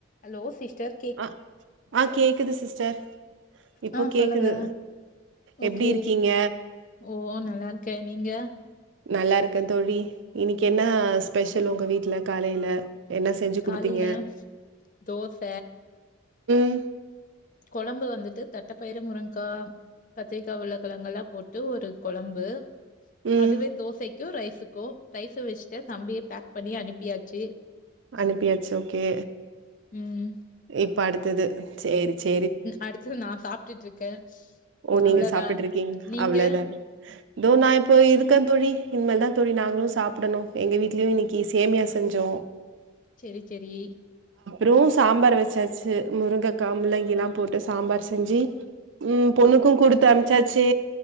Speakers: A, on the left; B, on the right.
A: அலோ சிஷ்டர்
B: அ ஆ கேக்குது சிஸ்டர் இப்போ
A: ஆ
B: கேக்குது
A: சொல்லுங்க
B: எப்டி
A: ஓகே
B: இருக்கீங்க
A: ஓ நல்லாருக்க நீங்க
B: நல்லாருக்கே தோழி இன்னிக்கு என்ன ஸ்பெஷல் ஒங்க வீட்ல காலைல என்ன செஞ்சு குடுத்தீங்க
A: காலையில தோச
B: ம்
A: கொழம்பு வந்துட்டு தட்டப்பயிரு முருங்க்கா கத்திரிக்கா உர்ள கெழங்கலா போட்டு ஒரு கொழம்பு
B: ம்.
A: அதுவே தோசைக்கு ரைஸுக்கூ ரைசூ வெச்சுட்ட தம்பிய பேக் பண்ணி அனுப்பியாச்சு
B: அனுப்பியாச்சி ஓகே
A: ம்
B: இப்ப அடுத்தது செரி செ
A: அடுத்தது நா சாப்ட்டுட்டு இருக்கே
B: ஓ நீங்க
A: அவ்ளோதா
B: சாப்ட்டு இருக்கீங்க
A: நீங்க
B: அவ்ளோதாங் இதோ நா இப்போ இருக்கெ தோழி இனிமே தா தோழி நாங்களு சாப்புடணு எங்க வீட்லயு இன்னைக்கி சேமியா செஞ்சோ
A: செரி செரி
B: ரு சாம்பார் வெச்சாச்சி முருங்கக்கா முள்ளங்கி எல்லா போட்டு சாம்பார் செஞ்சி ம் பொண்ணுக்கு குடுத்து அனுப்சாச்சி